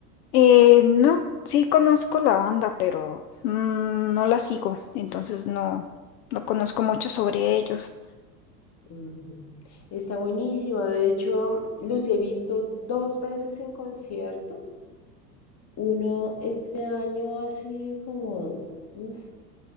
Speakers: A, on the left; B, on the left.
A: Eh, no, sí conozco la banda, pero mm, no la sigo, entonces no, no conozco mucho sobre ellos.
B: Ujú. Está buenísima. De hecho, los he visto dos veces en concierto. Uno este año hace como uf,